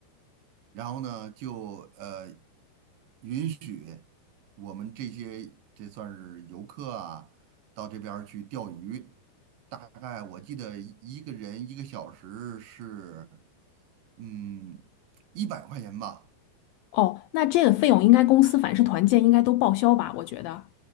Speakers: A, on the right; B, on the left.
A: 然后呢，就呃允许我们这些这算是游客啊，到这边儿去钓鱼。大概我记得一个人一个小时是嗯一百块钱吧。
B: 哦，那这个费用应该公司凡是团建应该都报销吧？我觉得，